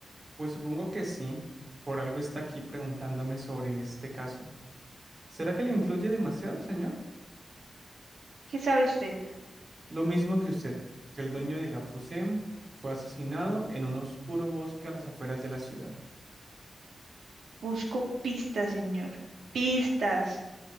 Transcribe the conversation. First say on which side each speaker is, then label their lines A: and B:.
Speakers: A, on the right (about 45°); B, on the right (about 80°).
A: Pues supongo que sí, por algo está aquí preguntándome sobre este caso. ¿Será que le influye demasiado, señor?
B: ¿Qué sabe usted?
A: Lo mismo que usted, que el dueño de la FUSEM fue asesinado en un oscuro bosque a las afueras de la ciudad.
B: Busco pistas, señor. Pistas.